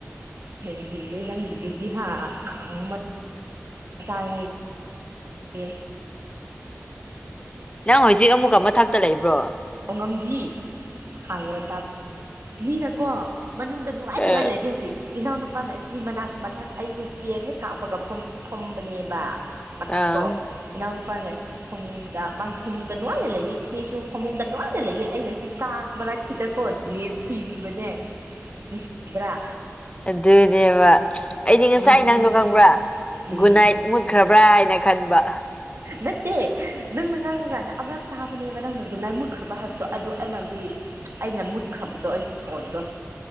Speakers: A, on the right; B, on the left.
A: ꯍꯦꯟꯖꯤꯂꯤ ꯅꯪꯒꯤꯗꯨꯗꯤ ꯍꯥ ꯈꯪꯃꯜ ꯆꯥꯢ ꯍꯥꯏ ꯑꯦ
B: ꯅꯪ ꯍꯧꯖꯤꯛ ꯑꯃꯨꯛꯀ ꯃꯊꯛꯇ ꯂꯩꯕ꯭ꯔꯣ
A: ꯇꯧꯉꯝꯕꯤ ꯈꯥꯡ ꯃꯆꯥ ꯃꯤꯅꯀꯣ ꯃꯅꯨꯡꯗ ꯅꯨꯡꯉꯥꯏ ꯅꯨꯡꯉꯥꯏ
B: ꯑ
A: ꯂꯩꯔꯦ ꯍꯧꯖꯤꯛ ꯏꯅꯥꯎ ꯅꯨꯄꯥꯅ ꯑꯁꯤ ꯃꯅꯥꯛ ꯃꯊꯛ ꯑꯩꯁꯦ ꯏꯁꯇꯦꯔ ꯍꯦꯛ ꯀꯥꯞꯄꯒ ꯐꯝ ꯐꯝꯕꯅꯦꯕ ꯃꯊꯛꯇꯣ
B: ꯑꯥ
A: ꯏꯅꯥꯎ ꯅꯨꯄꯥꯅ ꯁꯤ ꯐꯃꯨꯡꯗ ꯃꯥꯒꯤ ꯐꯃꯨꯡꯗ ꯅꯨꯡꯉꯥꯏꯅ ꯂꯩꯌꯦ ꯏꯆꯦꯁꯨ ꯐꯃꯨꯡꯗ ꯅꯨꯡꯉꯥꯏꯅ ꯂꯩꯌꯦ ꯑꯩꯅ ꯁꯤ ꯀꯥꯡ ꯃꯔꯛꯁꯤꯗꯀꯣ ꯅꯦꯠ ꯊꯤꯔꯤꯕꯅꯦ ꯅꯨꯡꯁꯤꯗꯔꯥ
B: ꯑꯗꯨꯅꯦꯕ ꯑꯩꯗꯤ ꯉꯁꯥꯏ
A: ꯅꯨꯡꯁꯤ
B: ꯅꯪꯗꯣ ꯈꯪꯕꯔꯥ
A: ꯎꯝ
B: ꯒꯨꯗ ꯅꯥꯏꯠ ꯃꯨꯠꯈꯕ꯭ꯔꯥ ꯍꯥꯏꯅ ꯈꯟꯕ
A: ꯅꯠꯇꯦ ꯅꯪꯅ ꯉꯥꯡꯕ ꯀꯥꯟꯗ ꯑꯃꯔꯛ ꯇꯥꯕꯅꯦꯕ ꯅꯪꯅ ꯒꯨꯠ ꯅꯏꯠ ꯃꯨꯠꯈ꯭ꯔꯕ ꯍꯥꯏꯕꯗꯣ ꯑꯗꯨ ꯑꯩꯅꯗꯤ ꯑꯩꯅ ꯃꯨꯠꯈ꯭ꯔꯕꯗꯣ ꯑꯩꯁꯨ ꯐꯣꯟꯗꯣ